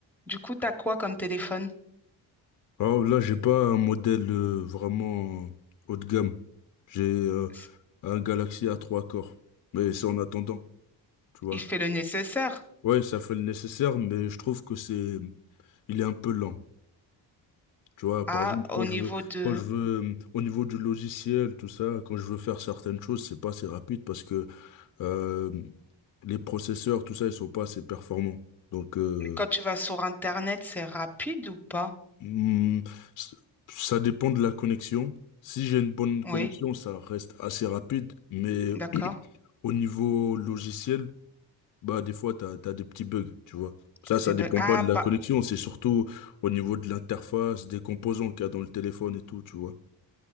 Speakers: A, in the centre; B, on the left.
A: Du coup, t'as quoi comme téléphone?
B: Alors là, j'ai pas un modèle euh, vraiment haut de gamme. J'ai euh,
A: S-
B: un Galaxy a trois corps. Mais c'est en attendant, tu vois.
A: Il fait le nécessaire.
B: Ouais, ça fait le nécessaire, mais je trouve que c'est, il est un peu lent. Tu vois,
A: Ah,
B: par exemple,
A: au
B: quand
A: niveau
B: je veux,
A: de...
B: quand je veux, euh, au niveau du logiciel, tout ça, quand je veux faire certaines choses, c'est pas assez rapide parce que euh, les processeurs, tout ça, ils sont pas assez performants. Donc, euh,
A: Mais quand tu vas sur Internet, c'est rapide ou pas?
B: Hmm, s- ça dépend de la connexion. Si j'ai une bonne
A: Oui,
B: connexion, ça reste assez rapide, mais <clears throat>
A: d'accord.
B: au niveau logiciel, bah des fois t'as t'as des petits bugs, tu vois.
A: T'as
B: Ça, ça
A: des bugs.
B: dépend
A: Ah,
B: pas de la
A: pas...
B: connexion, c'est surtout au niveau de l'interface, des composants qu'il y a dans le téléphone et tout, tu vois.